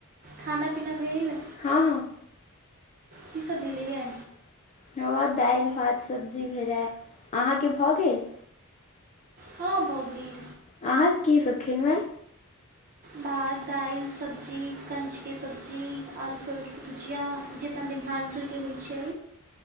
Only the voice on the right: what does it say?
खाना पीना भेल।
की सभ भेलैये।
हँ भऽ गेल।
भात दाल सब्जी, कंचके सब्जी, आलू परोर के भुजिया मिथिलाञ्चलके होइ छै